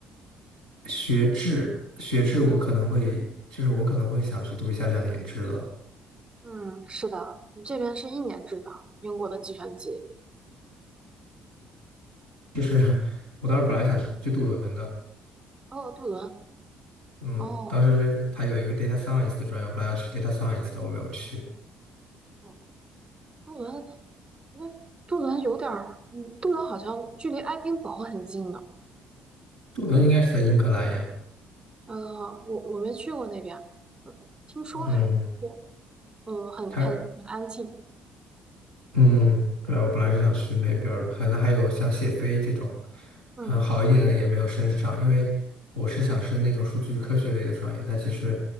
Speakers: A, on the right; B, on the right.
A: 学制，学制我可能会，就是我可能会想去读一下两年制的。
B: 嗯，是的，你这边是一年制的，英国的计算机。
A: 就是 <laughs> 我当时本来想去读轮的，
B: 哦，杜伦，
A: 嗯，
B: 哦
A: 当时他有一个 data science 的专业，我本来要去 data science 的，我没有去。
B: 哦，杜伦，哎，杜伦有点儿，嗯，杜伦好像距离爱丁堡很近呢。
A: 杜伦应该是在英格兰呀。
B: 呃，我我没去过那边，呃，听说还不错，
A: 嗯，
B: 呃，很很很安静。
A: 他嗯，对啊，我本来是想去那边儿的，可能还有像谢飞这种吧，可能好一点的也没有升上，
B: 嗯
A: 因为我是想升那种数据科学类的专业，它其实